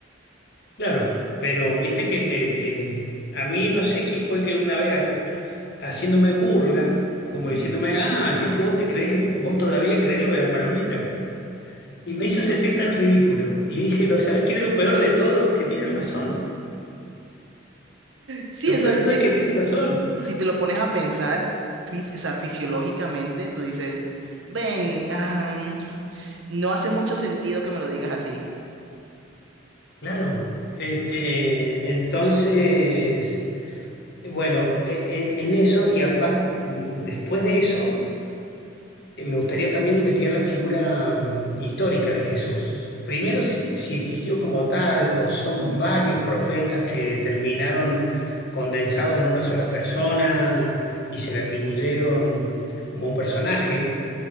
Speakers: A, on the left (about 60°); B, on the right (about 70°).
A: Claro, pero viste que te, te- a mí no sé quién fue que una vez ha- haciéndome burla, como
B: Ujú.
A: diciéndome, ah, así que vos te creés, vos todavía creés lo de la palomita. Y me hizo sentir tan ridículo. Y dije, lo, ¿sabés qué es lo peor de todo? Que tienes razón.
B: Sí,
A: Lo
B: o sea,
A: peor de todo
B: es,
A: es que tienes razón.
B: si te lo pones a pensar, fis- o sea, fisiológicamente, tú dices, ven, ah, <tsk> no hace mucho sentido que me lo digas así.
A: Claro, este, entonces, bueno, e- en, en eso y aparte, después de eso, eh, me gustaría también investigar la figura mm, histórica de Jesús. Primero, si, si existió como tal o son
B: Ujú.
A: varios profetas que terminaron condensados en una sola persona y se le atribuyeron como un personaje.